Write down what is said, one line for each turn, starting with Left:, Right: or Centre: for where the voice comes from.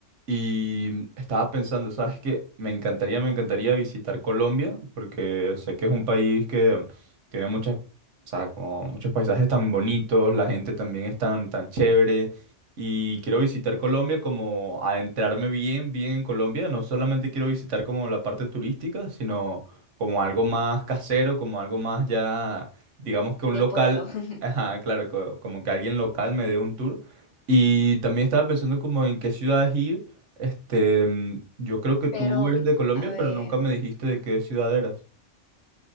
Right: y mm, estaba pensando, sabes que me encantaría, me encantaría visitar Colombia, porque sé que es un país que tiene muchas, o sea, como muchos paisajes tan bonitos, la gente también es tan, tan chévere, y quiero visitar Colombia como adentrarme bien, bien en Colombia, no solamente quiero visitar como la parte turística, sino como algo más casero, como algo más ya, digamos que
Left: De
Right: un local,
Left: pueblo. <laughs>
Right: ajá, claro, co- como que alguien local me dé un tour. Y también estaba pensando como en qué ciudades ir. Este, mm, yo creo que
Left: Pero,
Right: tú eres
Left: mm,
Right: de Colombia,
Left: a
Right: pero
Left: ver.
Right: nunca me dijiste de qué ciudad eras.